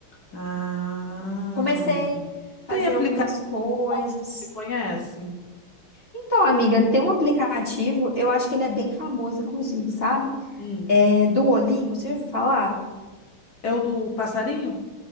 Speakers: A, on the left; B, on the left.
A: ah,
B: Comecei a fazer
A: tem aplicativo
B: algumas coisas.
A: que você conhece?
B: Então, amiga, tem um aplicativo, eu acho que ele é bem famoso, inclusive, sabe?
A: Hum,
B: É Duolingo, você já ouviu falar?
A: é o do passarinho?